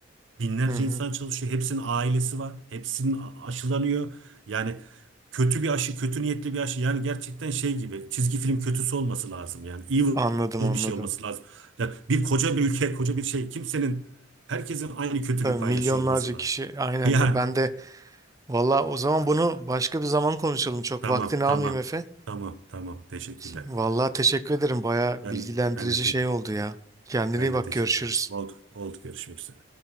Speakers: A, on the right (about 80°); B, on the right (about 20°).
A: binlerce
B: Hı hı.
A: insan çalışıyor. Hepsinin ailesi var. Hepsinin a- aşılanıyor. Yani kötü bir aşı, kötü niyetli bir aşı. Yani gerçekten şey gibi çizgi film kötüsü olması lazım. Yani evil
B: Anladım
A: bir
B: anladım.
A: şey olması lazım. Ya bir koca bir ülke, koca bir şey. Kimsenin, herkesin aynı kötülüğü
B: Tabii
A: paylaşıyor
B: milyonlarca
A: olması lazım.
B: kişi aynen
A: <laughs> Yani
B: ya ben de valla o zaman bunu başka bir zaman konuşalım çok
A: tamam,
B: vaktini almayayım
A: tamam,
B: Efe.
A: tamam, tamam. Teşekkürler.
B: Valla teşekkür ederim baya
A: Ben
B: bilgilendirici
A: ben de te-
B: şey oldu ya. Kendine
A: ben
B: iyi bak
A: de teşekkürler.
B: görüşürüz.
A: Oldu, oldu. Görüşmek üzere.